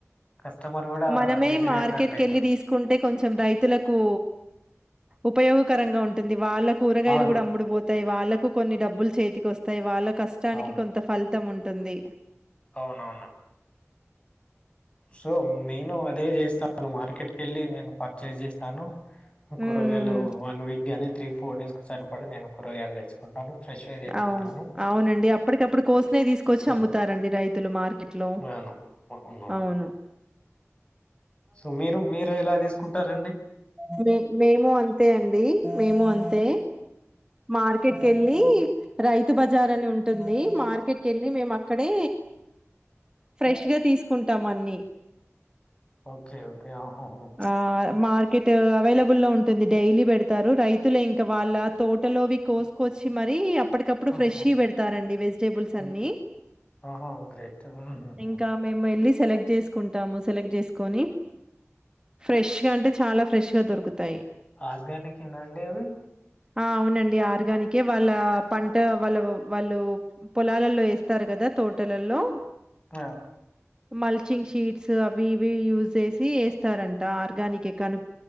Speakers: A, on the left; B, on the right.
A: కస్టమర్ కూడా
B: మనమే
A: ఈజీగా
B: మార్కెట్కి
A: అట్రాక్ట్ అవుతారు
B: వెళ్ళి తీసుకుంటే కొంచెం రైతులకు ఉపయోగకరంగా ఉంటుంది. వాళ్ళ కూరగాయలు
A: అవును
B: కూడా అమ్ముడుపోతాయి. వాళ్ళ కూ కొన్ని డబ్బులు చేతికి వస్తాయి వాళ్ళ కష్టానికి
A: అవును
B: కొంత ఫలితం ఉం ఉంటుంది
A: అవునవును సో నేను అదే చేస్తాను మార్కెట్కి వెళ్ళి నేను పర్చేస్ చేస్తాను
B: హ్మ్.
A: కూరగాయలు వన్ వీక్ కి గాని త్రీ ఫోర్ డేస్ కు సరిపడా నేను కూరగాయలు తెచ్చుకుంటాను ఫ్రెష్గా తెచ్చుకుంటాను
B: అవును అవునండి అప్పటికప్పుడు కోసినవి తీసుకొచ్చి
A: ఆ,
B: అమ్ముతారండి రైతు రైతులు మార్కి మార్కెట్లో
A: అవును అవునవును
B: అవును
A: సో మీరు మీరు ఎలా తీసుకుంటారు
B: మేమ్ మేము అంతే అండి మేము అంతే మార్కెట్ కి
A: ఉమ్,
B: వెళ్ళి రైతు బజార్ అని ఉం ఉంటుంది మార్కెట్కి వెళ్ళి మేము అక్కడే ఫ్రెష్ గా తీసుకుంటాం అన్ని
A: ఓకే ఓకే ఆహా, ఉమ్,
B: ఆ మార్కెట్ అవైలబుల్ లో ఉం ఉంటుంది డైలీ పెడతారు రైతులే ఇంకా వాళ్ళ తోటలోవి కోసుకొచ్చి మరి అప్పటికప్పుడు
A: ఆహా,
B: ఫ్రెష్ గా పెడతారండి వెజిటేబుల్స్
A: ఉమ్.
B: అన్ని
A: ఆహా! గ్రేట్. హుహుహు.
B: ఇంకా మేము వెళ్ళి సెలెక్ట్ చేసుకుం దాము సెలెక్ట్ చేసుకొని ఫ్రెష్ గా అంటే చాలా ఫ్రెష్ గా దొరుకుతాయి
A: ఆర్గానిక్ ఏనా అండి అవి
B: ఆ అవునండి ఆర్గానికే వాళ్ళ పంట వాళ్ళ వాళ్ళు పొలాలలో వేస్తారు కదా తోటలలో
A: ఆ
B: మల్చింగ్ షీట్స్ అవి ఇవి యూస్ చేసి వేస్తారంట ఆర్గానికే కను